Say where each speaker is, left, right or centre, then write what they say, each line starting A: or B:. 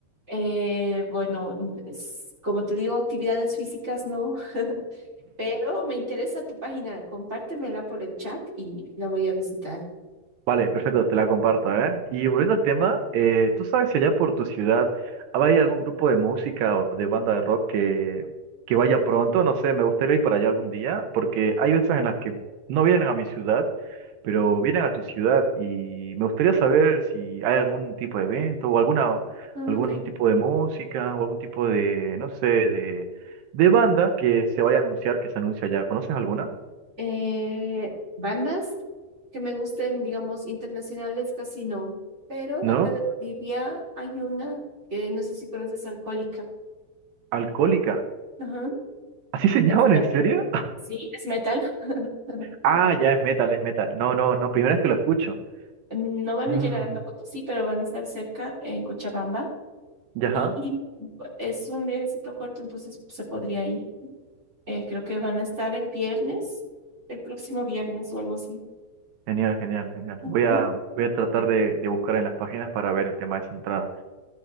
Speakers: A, on the right; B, on the right.
A: Eh, bueno, mm, es- como te digo, actividades físicas no, <laughs> pero me interesa tu página. Compártemela por el chat y la voy a visitar.
B: Vale, perfecto, te la comparto, ¿eh? Y volviendo al tema, eh, ¿tú sabes si allá por tu ciudad hay algún grupo de música o de banda de rock que, que vaya pronto? No sé, me gustaría ir para allá algún día, porque hay veces en las que no vienen a mi ciudad, pero vienen a tu ciudad y me gustaría saber si hay algún tipo de evento o alguna,
A: Ah,
B: algún
A: ok.
B: tipo de música o algún tipo de, no sé, de, de banda que se vaya a anunciar, que se anuncia allá. ¿Conoces alguna?
A: Eh, bandas que me gusten, digamos, internacionales casi no, pero de
B: ¿No?
A: acá de Bolivia hay una que no sé si conoces, Alcohólica.
B: Alcohólica.
A: Ajá.
B: ¿Así se <laughs> llaman?
A: Es metal.
B: ¿En serio?
A: Sí, es metal.
B: Ah,
A: Mm,
B: ya es metal, es metal. No, no, no, primera vez que lo escucho.
A: No van
B: Mm,
A: a llegar acá a Potosí, pero van a estar cerca en Cochabamba.
B: ya, ajá.
A: Y es un viajecito corto, entonces se podría ir. Eh, creo que van a estar el viernes, el próximo viernes o algo así.
B: Genial, genial, genial.
A: Ujú,
B: Voy a, voy a tratar de, de buscar en las páginas para ver el tema de esa entrada.